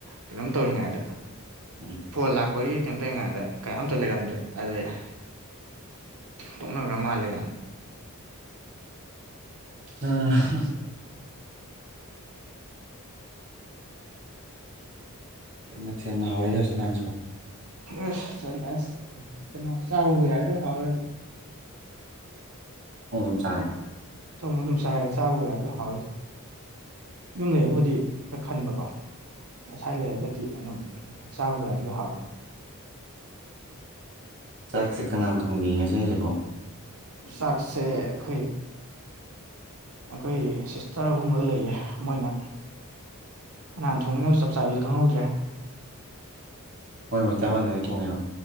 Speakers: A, on the right; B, on the right.
A: ꯀꯩꯅꯣꯝ ꯇꯧꯔꯤꯉꯩꯗ
B: ꯎꯝ
A: ꯐꯣꯜ ꯂꯥꯛꯄꯒꯤ ꯀꯩꯝꯇꯉꯥꯏꯗ ꯀꯩꯝꯇ ꯂꯩꯔꯝꯗ꯭ꯔꯦ ꯑꯗꯨꯗꯩꯩ ꯇꯣꯛꯅꯈ꯭ꯔꯥ ꯃꯥꯜꯂꯦ
B: <unintelligible> ꯀꯩ ꯃꯊꯦꯜꯅ ꯍꯧꯔꯛꯏꯦ ꯍꯧꯖꯤꯛꯀꯥꯟꯁꯤꯕꯣ
A: ꯑꯁ ꯆꯠ ꯑꯁ ꯀꯩꯅꯣ ꯆꯥꯕꯕꯨ ꯌꯥꯔꯗꯤ ꯂꯣꯏ ꯍꯥꯎꯔꯣ ꯍꯦꯖꯤꯛ
B: ꯎꯝ ꯆꯥꯔꯦ
A: ꯑꯊꯣꯡꯕꯥ ꯑꯗꯨꯝ ꯆꯥꯏ ꯆꯥꯕꯕꯨ ꯌꯥꯔꯗꯤ ꯍꯥꯎꯋꯦ ꯌꯨꯝ ꯂꯩꯔꯕꯨꯗꯤ ꯈꯔ ꯈꯟꯕꯀꯣ ꯉꯁꯥꯏ ꯂꯩꯔꯒꯗꯤ ꯑꯗꯨꯝ ꯆꯥꯕꯕꯨ ꯌꯥꯔꯗꯤ ꯑꯗꯨ ꯂꯣꯏ ꯍꯥꯎꯋꯦ
B: ꯆꯥꯛꯁꯦ ꯀꯅꯥꯝ ꯊꯣꯡꯕꯤ ꯉꯁꯤꯁꯤꯕꯣ
A: ꯆꯥꯛꯁꯦ ꯑꯩꯈꯣꯏ ꯑꯩꯈꯣꯏ ꯁꯤꯁꯇꯔ ꯑꯍꯨꯝꯕꯗ ꯂꯩꯌꯦ ꯃꯣꯏꯅ ꯀꯅꯥꯥꯟ ꯊꯣꯡꯅꯤꯡꯅꯕꯁꯨ ꯆꯞ ꯆꯕꯤꯁꯨ ꯈꯪꯍꯧꯗ꯭ꯔꯦ
B: ꯃꯣꯏ ꯃꯛꯇꯥ ꯃꯅꯗꯗꯤ ꯊꯣꯡꯉꯦꯕ